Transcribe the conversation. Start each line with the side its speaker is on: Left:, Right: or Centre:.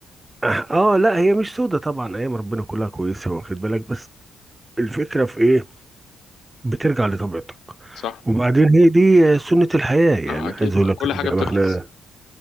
Right: <laughs> اه لا هي مش سودة طبعا ايام ربنا كلها كويسه واخد بالك بس الفكره في ايه بترجع لطبيعتك
Left: صح
Right: وبعدين هي دي سنه الحياه يعني
Left: اه اكيد
Right: عايز اقول
Left: كل
Right: لك إن
Left: حاجة بتخلص
Right: إحنا